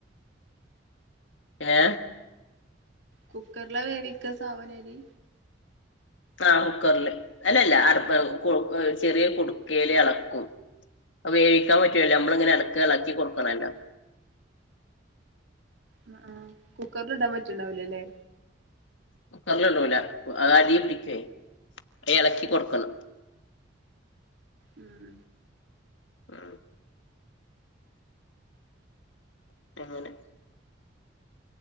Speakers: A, on the left; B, on the right.
A: ഏ
B: കുക്കറില വേടിക്ക സാാവനരി
A: ആഹ കുക്കറില് അല്ലല്ല അടു ചെറിയ കുടുക്കൽ ഇളക്കും അപ്പൊ വേവിക്കാൻ പറ്റുവല്ലേ നമ്മള ഇങ്ങനെ ഇടക്ക് ഇളക്കി കൊടുക്കണംല്ലോ
B: ഉ കുക്കറൽ ഇടാ പറ്റണ്ടാവലേല്ലേ
A: കുക്കറിലള്ളൂല അ അരി പിടിക്കേ അ ഇളക്കി കൊടുക്കണം
B: ഉം
A: ആ <inaudible>